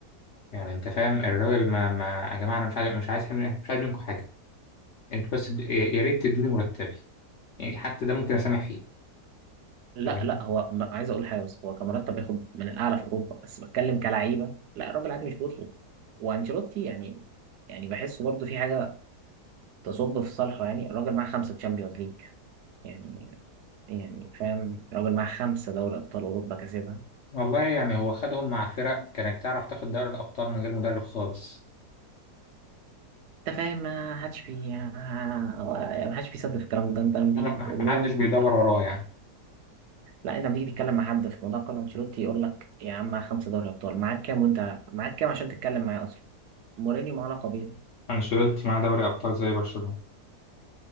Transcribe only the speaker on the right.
لا
لا هو م- عايز اقول حاجه بس هو كمرتب بياخد من الاعلى في اوروبا بس بتكلم كلعيبه لا الراجل عادي مش بيطلب وانشيلوتي يعني يعني بحسه برضه في حاجه تصب في صالحه يعني الراجل معاه خمسه تشامبيونز ليج يعني يعني فاهم الراجل معاه خمسه دوري ابطال اوروبا كسبها
انت فاهم ما حدش بي ما حدش بيصدق في الكلام ده انت لما تيجي
تقول
لهم
لا انت لما تيجي تتكلم مع حد في موضوع كارلو انشيلوتي يقول لك يا عم معاك خمسه دوري ابطال معاك كام وانت معاك كام عشان تتكلم معايا اصلا مورينيو معاه لقبين